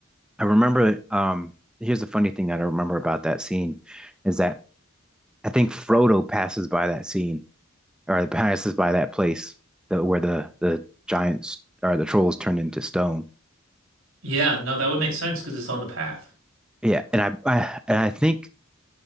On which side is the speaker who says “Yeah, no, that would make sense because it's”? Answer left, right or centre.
Right